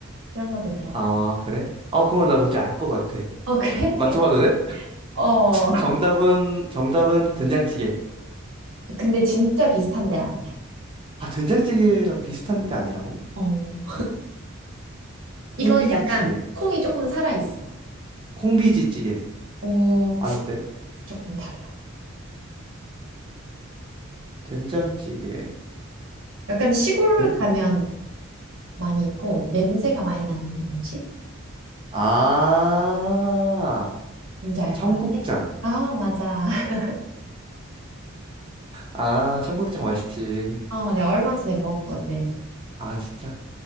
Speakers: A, on the right; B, on the right.
A: 이런 것도 들어가.
B: 아, 그래? 어, 그거 나 뭔지 알 것 같아.
A: 어, 그래?
B: 맞춰봐도
A: <laughs>
B: 돼?
A: 어,
B: 정답은, 정답은 된장찌개.
A: 근데 진짜 비슷한 데 아니야.
B: 아, 된장찌개랑 비슷한데 아니라고?
A: 어,
B: 콩비지찌개.
A: 이거는 약간 콩이 조금 살아있어.
B: 콩비지찌개.
A: 어,
B: 아닌데?
A: 조금 달라.
B: 된장찌개.
A: 약간 시골
B: 된...
A: 가면 많이 있고, 냄새가 많이 나는 음식?
B: 아,
A: 뭔지 알
B: 청국장.
A: 것 같아? 아, 맞아. <laughs>
B: 아, 청국장 맛있지.
A: 어, 내가 얼마 전에 먹었거든.
B: 아, 진짜?